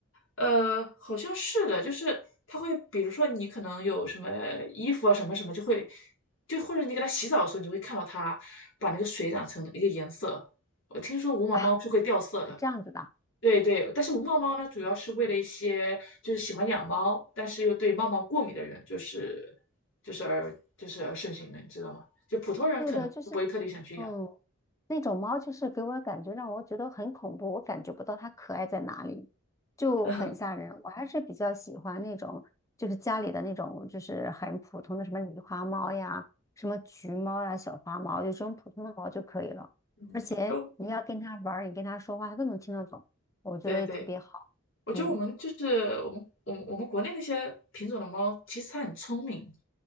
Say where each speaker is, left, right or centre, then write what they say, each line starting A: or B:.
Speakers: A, on the left; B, on the left.
A: 呃，好像是的，就是它会，比如说你可能有什么衣服啊，什么什么，就会，就或者你给它洗澡的时候，你就会看到它把那个水染成一个颜色。我听说无毛猫是会掉色的，
B: 啊？啊这样子的。
A: 对对，但是无毛猫呢，主要是为了一些就是喜欢养猫，但是又对猫毛过敏的人，就是就是而就是而盛行的，你知道吗？就普通人可能不会特别想去养。
B: 对的，就是，嗯，那种猫就是给我感觉让我觉得很恐怖，我感觉不到它可爱在哪里，就很吓人。
A: <laughs>
B: 我还是比较喜欢那种，就是家里的那种，就是很普通的什么狸花猫呀、什么橘猫呀、小花猫，就这种普通的猫就可以了。
A: 嗯，
B: 而且你要跟它玩儿，
A: 哦。
B: 你跟它说话，它都能听得懂，我觉得特别好。
A: 对对，我觉得我们就是我们我们我们国内那些品种的猫，
B: 嗯，
A: 其实它很聪明，